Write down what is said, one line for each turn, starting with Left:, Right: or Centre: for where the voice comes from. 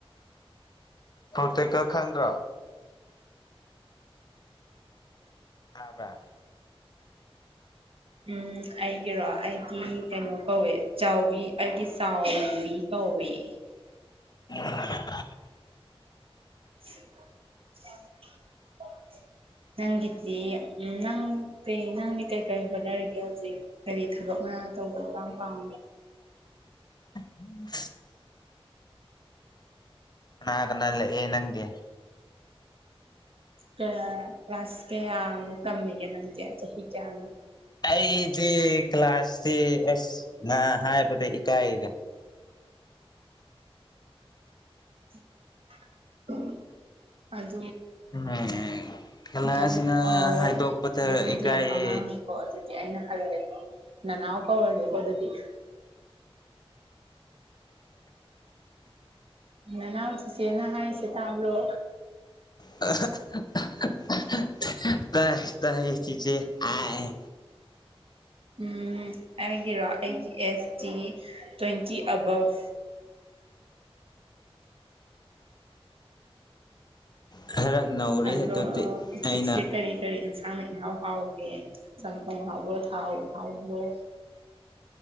Left: ꯄ꯭ꯔꯣꯇꯦꯛꯀꯔ ꯈꯪꯗ꯭ꯔꯥ ꯑꯥꯕ
Right: ꯎꯝ ꯑꯩꯒꯤꯔꯣ ꯑꯩꯒꯤ ꯀꯩꯅꯣ ꯀꯧꯋꯦ ꯆꯥꯎꯕꯤ ꯑꯩꯒꯤ ꯆꯥꯎꯕꯤ ꯀꯥꯎꯕꯩ
Left: ꯎ
Right: <inaudible> ꯅꯪꯒꯤꯗꯤ ꯎ ꯅꯪ ꯀꯩ ꯅꯪꯗꯤ ꯀꯩ ꯀꯔꯤ ꯍꯣꯠꯅꯔꯤꯒꯦ ꯍꯧꯖꯤꯛ ꯀꯔꯤ ꯊꯕꯛ ꯑ ꯇꯧꯕ ꯄꯝ ꯄꯥꯎ
Left: ꯎꯝ ꯅꯥ ꯑꯗꯨꯅꯂ ꯅꯪꯗꯤ
Right: ꯀꯌꯥ ꯀ꯭ꯂꯥꯁ ꯀꯌꯥꯃꯨꯛ ꯀꯝꯃꯤꯒꯦ ꯅꯪꯗꯤ ꯆꯍꯤ ꯀꯌꯥꯅꯣ
Left: ꯑꯩꯗꯤ ꯀ꯭ꯂꯥꯁꯁꯤ ꯑꯁ ꯉ ꯍꯥꯏꯕꯗ ꯏꯀꯥꯏꯗ <inaudible>
Right: <inaudible>
Left: ꯍꯦꯉ ꯀꯂꯥꯁꯅ
Right: ꯅꯪ ꯑꯣ
Left: ꯍꯥꯏꯗꯣꯛꯄꯇ
Right: ꯅꯪꯗꯤ
Left: ꯏꯀꯥꯏ
Right: ꯌꯥꯝ
Left: ꯌꯦ
Right: ꯑꯉꯥꯡꯅꯦꯀꯣ ꯑꯗꯨꯗꯤ ꯑꯩꯅ ꯍꯜꯂꯦꯀꯣ ꯅꯅꯥꯎ ꯀꯧꯔꯒꯦꯀꯣ ꯑꯗꯨꯗꯤ ꯅꯅꯥꯎ ꯆꯤꯆꯦꯅ ꯍꯥꯏꯁꯦ ꯇꯕ꯭ꯔꯣ
Left: ꯑꯍ... ꯑ.. ꯑ ꯇꯥꯏ ꯇꯥꯏꯌꯦ ꯆꯤꯆꯦ ꯑꯥꯏ...
Right: ꯎꯝ ꯑꯩꯒꯤꯔꯣ ꯑꯩꯒꯤ ꯑꯦꯁꯇꯤ ꯇ꯭ꯋꯦꯟꯇꯤ ꯑꯕꯞ
Left: ꯈꯔ ꯅꯧꯔꯤ
Right: ꯑꯗꯣ
Left: ꯑꯗꯨꯗꯤ
Right: ꯍꯧ
Left: ꯑꯩꯅ
Right: ꯆꯤꯛꯁꯦ ꯀꯔꯤ ꯀꯔꯤ ꯊꯥꯡꯅ ꯏꯍꯥꯎ ꯍꯥꯎꯒꯦ ꯆꯝꯊꯣꯡꯅ ꯍꯥꯎꯕ꯭ꯔꯣ ꯊꯥꯎ ꯍꯥꯎꯕ꯭ꯔꯣ